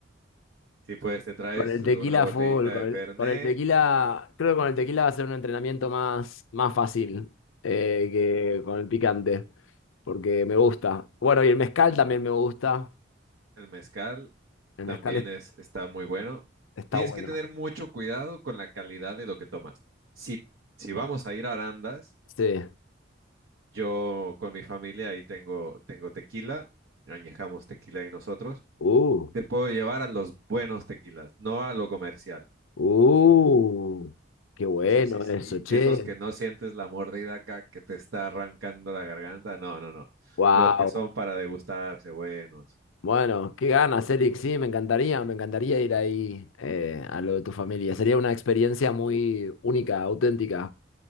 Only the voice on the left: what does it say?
Con el
tequila
full, con
el,
con el tequila, creo que con el tequila va a ser un entrenamiento más, más fácil eh, que con el picante, porque me gusta. Bueno, y el mezcal también me gusta,
el
mezcal es-
está
bueno.
Sí.
Uh.
Uh, qué bueno
eso, che.
Wow.
Bueno, qué ganas, Eric. Sí, me encantaría, me encantaría ir ahí eh, a lo de tu familia. Sería una experiencia muy única, auténtica,